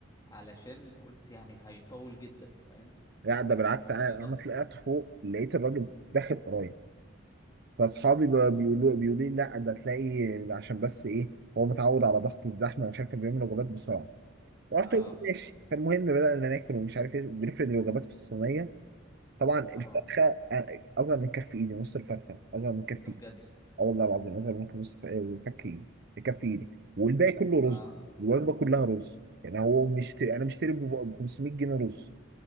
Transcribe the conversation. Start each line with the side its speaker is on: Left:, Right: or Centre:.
Left: علشان قلت يعني هيطول جدا فاهم
Right: لا ده بالعكس
Left: يبقى
Right: انا
Left: في ضغط
Right: انا طلعت
Left: وبتاع
Right: فوق لقيت الراجل داخل ورايا فاصحابي بقى بيقولوا بيقولوا لي لا ده تلاقي عشان بس ايه هو متعود على ضغط الزحمه ومش عارف كان بيعمل وجبات بسرعه رحت
Left: اه
Right: قلت ماشي فالمهم بدأنا ناكل ومش عارف ايه بنفرد الوجبات في الصينيه طبعا الفرخه
Left: اه
Right: أ- اصغر من كف ايدي نص الفرخه اصغر من كف
Left: ده
Right: ايدي
Left: بجد
Right: اه والله العظيم اصغر من نص ف- فك ايدي كف ايدي والباقي كله
Left: اه
Right: رز الوجبه كلها رز يعني هو مش انا مشتري ب 500 جنيه رز